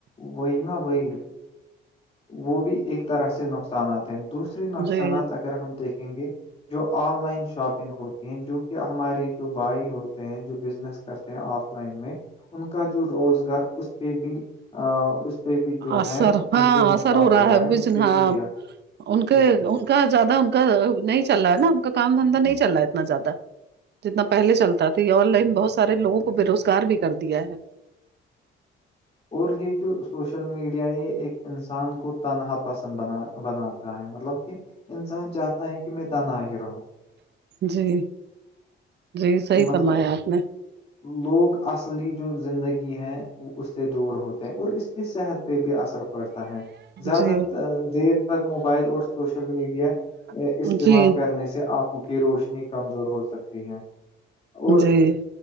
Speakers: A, on the left; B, on the right.
A: وہی نا وہی وہ بھی ایک طرح سے نقصانات ہیں دوسری نقصانات
B: جی
A: اگر ہم دیکھیں گے جو آن لائن شاپنگ ہوتی ہیں جو کہ ہمارے جو بھائی ہوتے ہیں جو بزنس کرتے ہیں آف لائن میں ان کا جو روزگار اس پہ بھی اس پہ بھی جو
B: اثر
A: ہے ان
B: ہاں
A: کو نقصان
B: اثر ہو رہا ہے بجھانے
A: اس پہ بھی یہ ہے،
B: کے
A: بالکل
B: ان ا کا زیادہ ان کا نہیں چل رہا ہے نا ان کام دھندہ نہیں چل رہا ہے اتنا زیادہ جتنا پہلے چلتا تھا یہ آن لائن بہت سارے لوگوں کو بے روزگار بھی کر دیا ہے
A: اور یہ جو سوشل میڈیا یہ ایک انسان کو تنہا پسند بنا بناتا مطلب کہ انسان چاہتا ہے کہ میں تنا ہی رہوں
B: جی جی صحیح
A: مطلب
B: فرمایا آپ نے
A: لوگ اصلی جو زندگی ہے وہ اس سے دور ہوتے ہیں اور اس پہ صحت پہ بھی اثر پڑتا ہے زیادہ
B: جی
A: دیر تک موبائل اور سوشل میڈیا
B: جی
A: استعمال کرنے سے آنکھوں کی روشنی کمزور ہو سکتی ہے
B: جی
A: اور